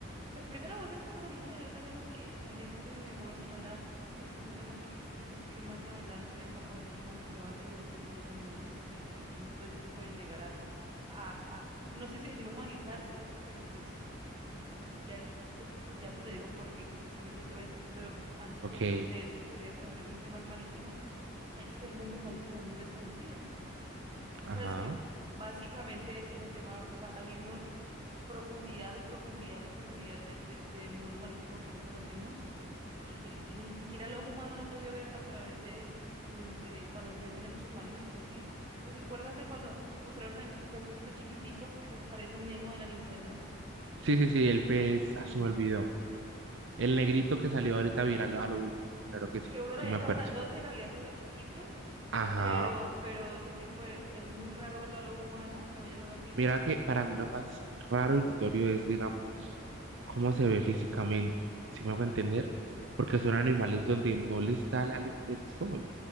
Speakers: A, on the right; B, on the right.
A: pues primero vos sabes que los animales es algo que la gente de alguna otra manera es un tema que yo sé que más adelante va a coger mucho más relevancia el estudio de todos los animales y hasta qué punto ellos pueden llegar a, a, a no sé si decir humanizarse, pero pues, eh, o sea, ya te, te- ya te lo digo porque estoy diciendo eso, pero antes
B: Ok,
A: de decirte eso, quería referirme al tema del marítimo, es que el mundo marítimo es muy desconocido. Tú
B: ajá.
A: sabes que básicamente en el tema, o sea, hay unos profundidad y profundidad y profundidad de, de, de mundo marítimo que no conocemos y que el- y ni siquiera el ojo humano lo ha podido ver a través de, de, un- de cuando meten esos submarinos, eso así. Pues acuérdate cuando mostraron el, el pececito chiquitico que aparece en Nemo de la linterna.
B: Sí, sí, sí, el pez, ah,
A: Ajá.
B: se me olvidó. El negrito que salió ahorita viral a lo último, claro que sí,
A: Que uno lo
B: sí
A: veía
B: me
A: todo
B: acuerdo.
A: grandote, en realidad eso era chiquito,
B: Ajá.
A: pero, pero ese tipo de- es muy raro verlo al ojo humano o ellos no lo han visto.
B: Mira que para mí lo más raro y notorio es, digamos, cómo se ve físicamente, si me hago entender, porque son animales donde no les da la luz del sol